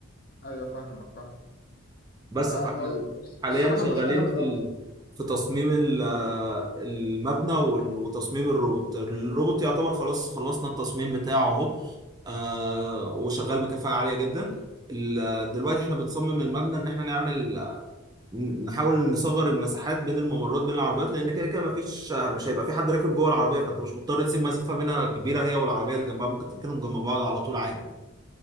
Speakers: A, on the left; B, on the right.
A: ايوه فاهمك فاهمك
B: بس
A: ده
B: فاحنا
A: الموضوع-
B: حاليا
A: الصراحه
B: شغالين
A: مش عجبت
B: في
A: قوي
B: ال... في تصميم ال- آه، المبنى وال- وتصميم الروبوت الروبوت يعتبر خلاص خلصنا التصميم بتاعه اهو آه، وشغال بكفاءة عالية جدا ال- دلوقتي احنا بنصمم المبنى ان احنا نعمل نحاول نصغر المساحات بين الممرات بين العربيات لان كده كده مفيش مش هيبقى في حد راكب جوه العربيه فانت مش مضطر تسيب مسافه بينها كبيره هي والعربيه اللي جنبها ممكن تركنهم جنب بعض على طول عادي